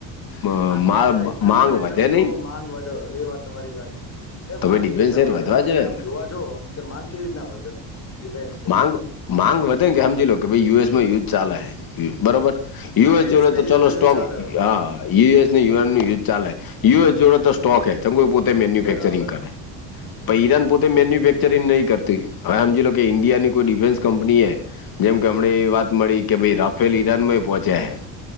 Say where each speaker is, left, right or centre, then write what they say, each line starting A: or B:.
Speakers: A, on the left; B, on the left.
A: અ,
B: હા તમારે
A: મા
B: એના ઈક્વિપમેન્ટને
A: માંગ વધે
B: બધું
A: નહીં
B: માંગ વધો એ વાત તમારી સાચી અરે
A: તો
B: માંગ
A: ભાઈ ડિફેન્સ
B: કેવી રીતના
A: સેર
B: વધે
A: વધવા
B: એમાં
A: જોઈએ
B: તમે આમ
A: ને
B: જોવા જ કે માંગ કેવી રીતના વધે ડિફેન્સની
A: માંગ માંગ વધે કે સમજી લો કે ભ ઈ યુએસ માં યુદ્ધ ચાલે બરોબર યુએસ
B: આ
A: જોલો
B: અને
A: તો
B: ઈરાનનું
A: ચાલ સ્ટોક
B: યુદ્ધ ચાલે
A: હ યુએસને
B: હમ
A: યુએન યુ ચાલે યુએસ
B: હમ.
A: જોડે તો સ્ટોક હ ચંમકે પોતે મેન્યુફેક્ચરિંગ
B: બરાબર
A: કરે
B: હમ
A: પણ ઈરાન પોતે મેન્યુફેક્ચરિંગ નહીં કરતી હવે સમજી લો કે ઈન્ડિયાની કોઈ ડિફેન્સ કંપની એ જેમ કે હમણે એવી વાત મળી કે ભાઈ રાફેલ ઈરાન માંય પોહોંચ્યા છે.